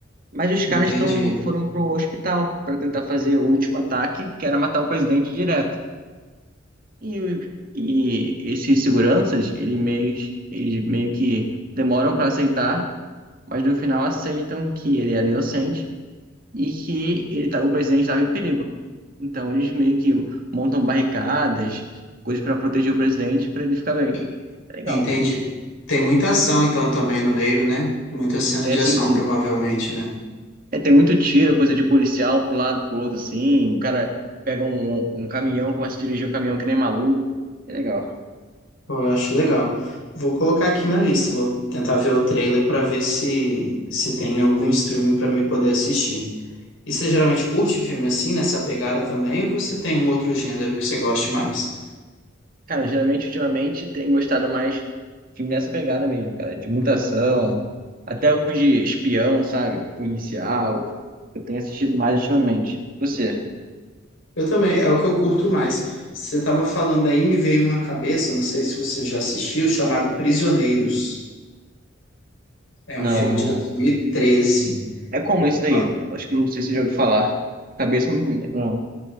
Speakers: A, on the right (about 45°); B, on the left (about 80°).
A: Mas os
B: entendi.
A: caras tão, foram pro hospital para tentar fazer o último ataque, que era matar o presidente direto. E, o- e esses seguranças, eles meio, eles meio que demoram para aceitar mas no final aceitam que ele era inocente e que ele tá, o presidente estava em perigo. Então eles meio que montam barricadas, coisas para proteger o presidente, para ele ficar bem.
B: E-
A: É legal,
B: Entendi.
A: cara.
B: Tem muita ação então também no meio, né? Muita cena
A: É
B: de
A: assim,
B: ação, provavelmente, né?
A: é, tem muito tiro, coisa de policial pro lado, pro outro, assim. O cara pega um, um caminhão, começa a dirigir um caminhão que nem maluco. É legal.
B: Pô, Eu acho legal. Vou colocar aqui na lista, vou tentar ver o trailer pra ver se se tem algum streaming pra mim poder assistir. E você geralmente curte filme assim, nessa pegada também, ou você tem um outro gênero que você goste mais?
A: Cara, geralmente, ultimamente, tem gostado mais filme nessa pegada mesmo, cara, de muita ação, até alguns de espião, sabe? Policial. Eu tenho assistido mais ultimamente. Você?
B: Eu também, é o que eu curto mais. Você estava falando aí, me veio um na cabeça, não sei se você já assistiu, chamado Prisioneiros. É
A: Não,
B: um filme de
A: não.
B: 2013.
A: É como esse daí?
B: Ah,
A: Eu acho que não sei se você já ouviu falar. Cabeça não me lembra. Não,